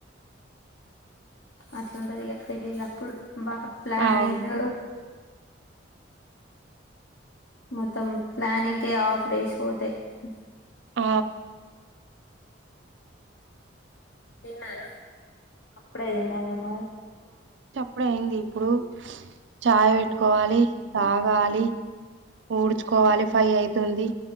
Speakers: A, on the left; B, on the right.
A: అట్లాంటుంది ఇక పెళ్ళిళ్ళప్పుడు బా ప్లనింగ్
B: అవును
A: మొత్తం ప్లనింగ్ హాఫ్ డేస్ పోతాయి అ
B: ఆ
A: తిన్నారా అపుడే తిన
B: ఇప్పుడ అయింది ఇప్పుడు చాయ్ పెట్టుకోవాలి తాగాలి ఊడ్చుకోవాలి ఫై అయితుంది